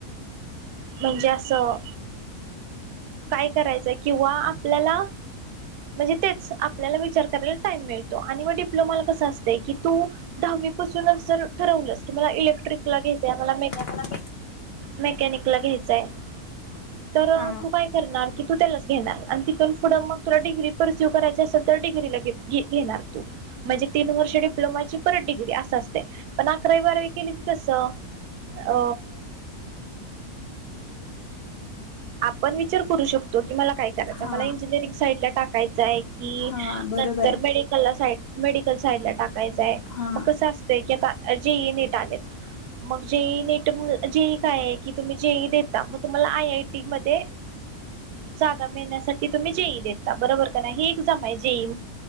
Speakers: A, on the right (about 90°); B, on the left (about 70°).
A: म्हणजे असं काय करायचं किंवा आपल्याला म्हणजे तेच मग आपल्याला विचार करायला टाईम मिळतो आणि मग डिप्लोमाला कसं असतं की तू दहावी पूर्वी पासूनच जर ठरवलं इलेक्ट्रिक किंवा मेकॅनिकल घ्यायचे
B: म का
A: मेकॅनिकला घ्यायचंय तर
B: हा
A: तू काय करणार की तू त्यालाच घेणार आणि तिथून पुढे मग तू डिग्री पर्सिव्ह करायचे असेल तर डिग्रीला घेणार म्हणजे तीन वर्ष डिप्लोमाची परत डिग्री अस असते पण अकरावी बारावी केली की कस अ आपण विचार करू शकतो की मला काय करायचं
B: हा
A: मला इंजिनिअरिंग साईडला टाकायचं आहे कि
B: हा बरोबर
A: नंतर
B: आहे.
A: मेडिकल सा मेडिकल साईड ला टाकायचंय
B: हा
A: मग कस असत जेई नीट आलेत मग जे नीट मग जे येईल नीट जे ही देता मग आयआयटी मध्ये जागा मिळण्यासाठी तुम्ही जेईई देता बरोबर का नाही ही एक्झाम आहे जेईई